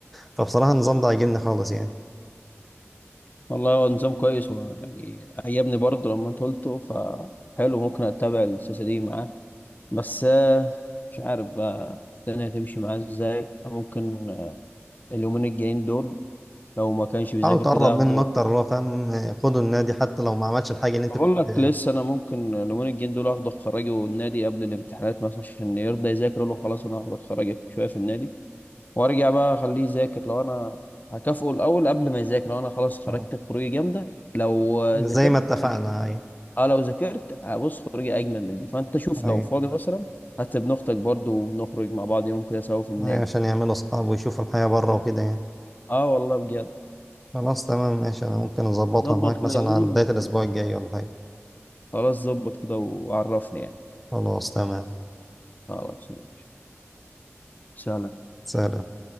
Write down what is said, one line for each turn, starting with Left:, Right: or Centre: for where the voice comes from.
Centre: فبصراحه النظام ده عاجبني خالص يعني
Left: والله هو نظام كويس هو يعني عجبني برضه لما انت قلته فحلو ممكن اتبع السياسه دي معاه بس آه، مش عارف بقى الدنيا هتمشي معاه ازاي ممكن آه، اليومين الجايين دول لو ما كانش بيذاكر
Centre: حاول تقرب
Left: كده
Centre: منه
Left: اخده
Centre: اكتر اللي هو فاهم خده النادي حتى لو ما عملش الحاجه اللي انت
Left: بقول
Centre: كنت
Left: لك لسه انا ممكن اليومين الجايين دول اخده خراجي والنادي قبل الامتحانات مثلا عشان يرضى يذاكر أقول له خلاص انا هاخد خراجي شويه في النادي وارجع بقى اخليه يذاكر لو انا هكافئه الاول قبل ما يذاكر لو انا خلاص خرجت
Centre: آه.
Left: خروجي جامده لو ذاكرت
Centre: زي ما اتفقنا
Left: خليك
Centre: اي
Left: اه لو ذاكرت هبص خروجي اجمل من دي فانت شوف
Centre: اي
Left: لو فاضي مثلا حتى ابن اختك برضه ونخرج مع بعض يوم كده سوا في النادي
Centre: اي عشان يعملوا اصحاب ويشوفوا الحياه بره وكده يعني
Left: اه والله بجد
Centre: خلاص تمام ماشي انا ممكن اظبطها
Left: ظبط
Centre: معاك مثلا
Left: كده يوم
Centre: على بدايه الاسبوع
Left: و-
Centre: الجاي ولا حاجه
Left: خلاص ظبط كده وعرفني يعني
Centre: خلاص تمام
Left: خلاص ماشي سلام
Centre: سلام